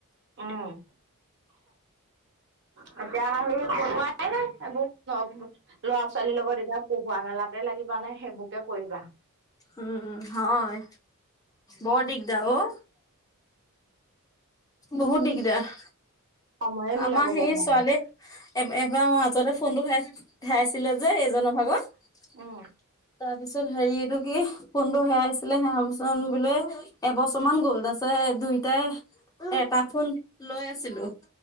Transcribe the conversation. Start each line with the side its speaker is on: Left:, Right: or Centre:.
Right: উম। তাকে আৰু সেই বনোৱাই নাই এইবোৰ ব্লগবোৰ ল'ৰা -ছোৱালীৰ লগত এতিয়া পঢ়োৱা মেলাতে লাগিব নে সেইবোৰকে কৰিবা
Left: উম উম হয় বৰ দিগদাৰ অঔ বহুত দিগদাৰ
Right: সময়ে মিলাবগে
Left: আমাৰ সেই
Right: নোৱাৰি
Left: ছোৱালী এ এবাৰ মাজতে ফোনটো হেৰাইছে হেৰাইছিলে যে এইজনৰ ভাগত
Right: উম,
Left: তাৰপিছত হেৰি এইটো কি ফোনটো হেৰাইছিলে হেৰাপিছত বোলে এবছৰ মান গ'ল আছে, দুইটাই এটা ফোন লৈ আছিলো।